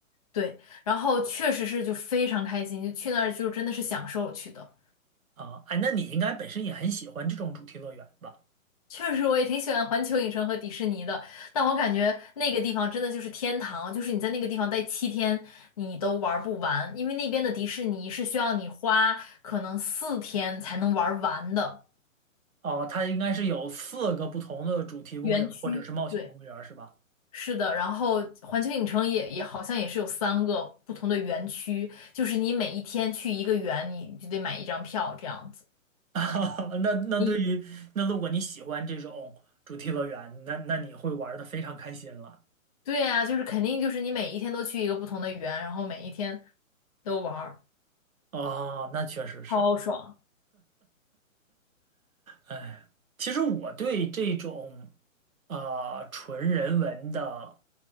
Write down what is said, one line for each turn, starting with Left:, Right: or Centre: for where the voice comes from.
Left: 对，然后确实是就非常开心，就去那儿就真的是享受去的。
Right: 啊，哎，那你应该本身也很喜欢这种主题乐园吧？
Left: 确实，我也挺喜欢环球影城和迪士尼的，但我感觉那个地方真的就是天堂，就是你在那个地方待七天，你都玩不完，因为那边的迪士尼是需要你花可能四天才能玩完的
Right: 哦，它应该是有四个不同的主题公园或者是冒险公园，
Left: 园区。对，
Right: 是吧？
Left: 是的，然后环球影城也也好像也是有三个不同的园区，就是你每一天去一个园，你就得买一张票这样子。
Right: <laughs> 那那对于那如果你喜欢这种主题乐园，
Left: 你
Right: 那那你会玩的非常开心了。
Left: 对呀，就是肯定就是你每一天都去一个不同的园，然后每一天都玩儿，
Right: 哦，那确实是。
Left: 超爽。
Right: 哎，其实我对这种呃纯人文的